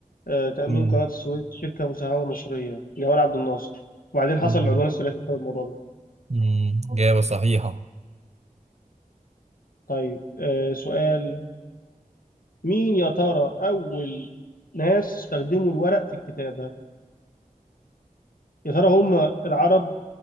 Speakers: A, on the left (about 80°); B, on the right (about 50°).
A: آه، تأمين
B: مم،
A: قناة السويس شركة مساهمة مصرية جمال عبد الناصر وبعدين حصل
B: مم،
A: العدوان الثلاثي بسبب الموضوع ده
B: مم، إجابة صحيحة
A: طيب آه، سؤال مين يا ترى أول ناس استخدموا الورق في الكتابة يا ترى هم العرب